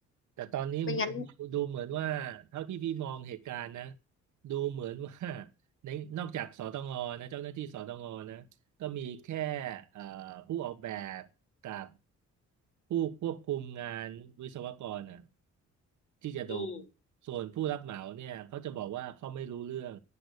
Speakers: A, on the right; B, on the left.
A: แต่ตอนนี้
B: ไม่งั้น
A: ดูเหมือนว่าเท่าที่พี่มองเหตุการณ์นะดูเหมือนว่าในนอกจากสตงนะเจ้าหน้าที่สตงนะก็มีแค่เอ่อผู้ออกแบบกับผู้ควบคุมงานวิศวกรอ่ะที่จะโดน
B: อืม
A: ส่วนผู้รับเหมาเนี่ยเขาจะบอกว่าเขาไม่รู้เรื่อง